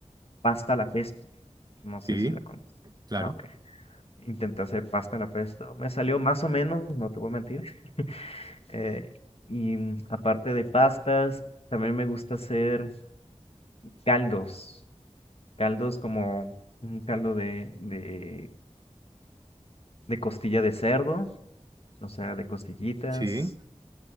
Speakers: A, on the left (about 50°); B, on the right (about 30°).
A: pasta a la pesto. No
B: sí,
A: sé si la conoces.
B: claro.
A: Ah, ok. Intenté hacer pasta a la pesto. Me salió más o menos, no te voy a mentir. eh, y mm, aparte de pastas, también me gusta hacer caldos. Caldos como un caldo de, de, de costilla de cerdo, o sea, de costillitas.
B: Sí.